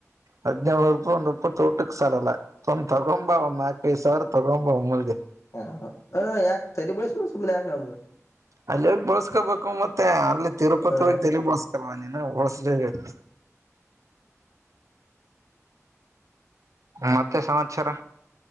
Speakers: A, on the right; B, on the left.
A: ಹದಿನೇಳನ ರೂಪಿ ರೂಪಾಯ ಒಂದು ಒಪ್ಪತ್ತು ಸಾಲಲ್ಲ ಒಂದ್ ತೊಗೊಂಬ ಒಂದ ನಾಕೈದು ಸಾವಿರ ತಗೊಂಬ ಮುಲ್ಗೆ.
B: ಹ ಹ ಯಾಕ ತ ಬಳಸ ಸುಮನೆ ಯಕ ನ <unintelligible>
A: ಅಲ್ಲಿ ಹೋಗಿ ಬಳಸ್ಕೋಬೇಕು ಮತ್ತೆ ಅಲ್ಲಿ ತಿರುಪತಿ
B: ಹ
A: ಹೋಗಿ ತಲಿ ಬೋಳಸ್ಕ. ಹಳಸ <inaudible> ಮತ್ತೆ ಸಮಾಚಾರ